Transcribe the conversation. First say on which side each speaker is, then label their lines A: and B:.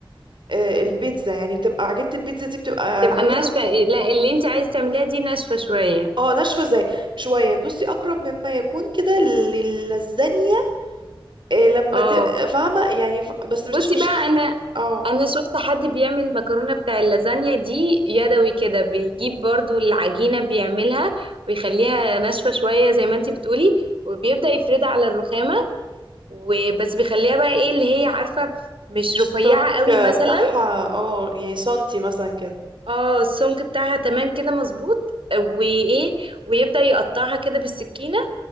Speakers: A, on the right; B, on the right.
A: آه، البيتزا يعني بتبقى عجينه البيتزا دي بتبقى
B: تبقى
A: العجينه
B: ناشفة لا اللي انت عايزة تعمليها دي ناشفة شوية
A: اه ناشفه زي شويه بصي اقرب مما يكون كده للزانيه لما
B: اه
A: ت... فاهمه يعني ف... بس مش
B: بصي
A: مش
B: بقى انا
A: اه
B: انا شفت حد بيعمل المكرونه بتاع اللازانيا دي يدوي كده بيجيب برضو العجينه بيعملها ويخليها ناشفه شويه زي ما انتي بتقولي وبيبدا يفردها على الرخامه وبس بيخليها بقى ايه اللي هي عارفه مش
A: السمك
B: رفيعه قوي مثلا
A: بتاعها اه يعني سنتي مثلا كده
B: اه السمك بتاعها تمام كده مظبوط وايه ويبدا يقطعها كده بالسكينه